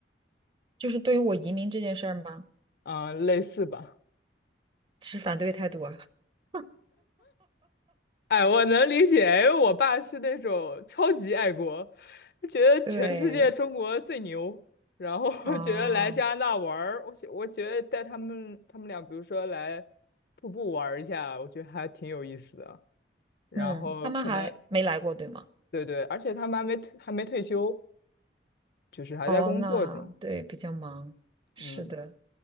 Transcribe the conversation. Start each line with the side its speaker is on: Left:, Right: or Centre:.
Right: 就是对于我移民这件事儿吗？
Left: 嗯、类似吧。
Right: 持反对态度啊。<laughs>
Left: 哎，我能理解，因为我爸是那种超级爱国，觉得全世界中国最牛，
Right: 对，
Left: 然后 <laughs>
Right: 哦，
Left: 觉得来加拿大玩儿，我觉我觉得带他们他们俩，比如说来瀑布玩儿一下，我觉得还挺有意思的。然后可能
Right: 嗯，他们还没来过，对吗？
Left: 对对，而且他们还没退还没退休，就是还在工作中。
Right: 哦，那对，比较忙。是的，
Left: 嗯，